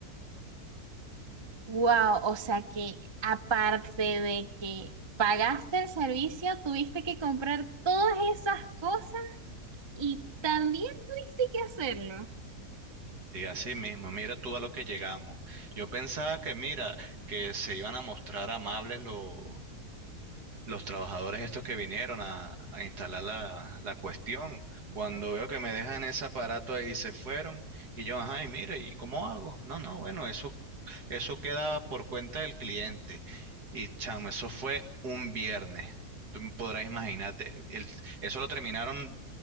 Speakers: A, on the right; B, on the right.
A: Wow, o sea que aparte de que pagaste el servicio, tuviste que comprar todas esas cosas y también tuviste que hacerlo.
B: Sí, así mismo, mira tú a lo que llegamos. Yo pensaba que, mira, que se iban a mostrar amables los los trabajadores estos que vinieron a, a instalar la, la cuestión. Cuando veo que me dejan ese aparato ahí y se fueron, y yo, ajá, y mire, ¿y cómo hago? No, no, bueno, eso, eso queda por cuenta del cliente. Y chamo, eso fue un viernes. Tú podrás imaginarte, el- eso lo terminaron